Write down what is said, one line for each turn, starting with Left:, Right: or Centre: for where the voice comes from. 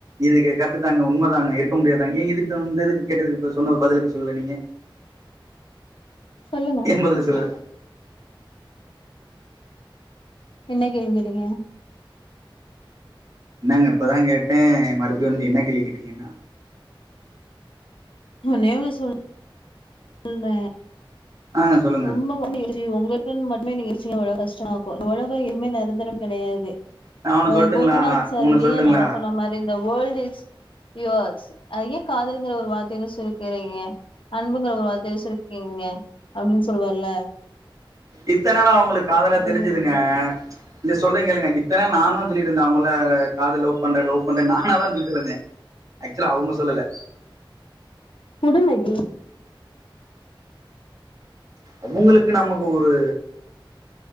Right: இதுக்கு கரெட்டு தாங்க உண்ம தாங்க இருக்க முடியாதாங்க ஏன் இதுக்கு இந்த இதுக்கு கேட்டதுக்கு இப்ப சொன்ன பதிலுக்கு சொல்லுல நீங்க
Left: சொல்லுங்க
Right: என் பதில சொல்ல
Left: என்ன கேள்வி கேட்டிங்க
Right: என்னங்க இப்பதா கேட்டே மறுபடியு வந்துட்டு என்ன கேள்வி கேட்டிங்கன்னா
Left: ஒங்க நேம சொல் ல்ற
Right: ஆ சொல்லுங்க
Left: ரொம்ப வந்து <inaudible> உங்களுக்குன்னு மட்டுமே யோசிச்சிங்கனா ரொம்ப கஷ்டமாருக்கு இந்த உலகோ எதுமே நெரந்தர கெடையாது
Right: நா ஒன்னு
Left: அ
Right: சொல்ட்டுங்களா
Left: கோபிநாத் சார்
Right: ஒன்னு சொல்ட்டுங்களா
Left: நீயா நானால சொன்ன மாரி இந்த வேல்ட் ஸ் யுவர்ஸ் அது ஏ காதலுங்குற ஒரு வார்த்தைல சுருக்குறிங்க அன்புங்ற ஒரு வார்த்தைல சுருக்குறிங்க அப்டின் சொல்வார்ல
Right: இத்த நாளா அவுங்குளுக்கு காதல தெரிஞ்சுதுங்க
Left: இது பண்ணுவே
Right: இல்லே சொல்றே கேளுங்க இத்தநா நா தா சொல்லிட்ருந்தே அவுங்கள காது லவ் பண்றே லவ் பண்றன் நானா தா சொல்லிட்டுருந்தே ஆக்சுலா அவங்க சொல்லல
Left: குடு மகி
Right: அவுங்களுக்கு நமக்கு ஒரு